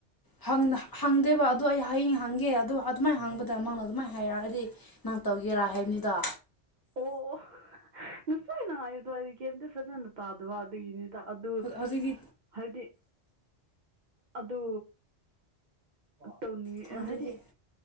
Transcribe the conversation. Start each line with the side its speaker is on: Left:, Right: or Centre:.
Left: ꯍꯪ ꯍꯪꯗꯦꯕ ꯑꯗꯣ ꯑꯩ ꯍꯌꯦꯡ ꯍꯪꯒꯦ ꯑꯗꯣ ꯑꯗꯨꯃꯥꯏꯅ ꯍꯪꯕꯗ ꯃꯥꯅ ꯑꯗꯨꯃꯥꯏꯅ ꯍꯥꯏꯔꯛꯑꯗꯤ ꯅꯪ ꯇꯧꯒꯦꯔꯥ ꯍꯥꯏꯕꯅꯤꯗꯣ
Right: ꯑꯣ ꯅꯁꯥꯏꯅ ꯍꯥꯏꯗꯋꯥꯗꯤ ꯀꯩꯝꯇ ꯐꯖꯅ ꯇꯥꯗꯕ ꯑꯗꯨꯒꯤꯅꯤ ꯑꯗꯨ
Left: ꯍꯧꯖꯤꯛꯇꯤ
Right: ꯍꯥꯏꯕꯗꯤ ꯑꯗꯨ ꯇꯧꯅꯤꯡ
Left: ꯐꯪꯗ꯭ꯔꯗꯤ
Right: ꯍꯥꯏꯗꯤ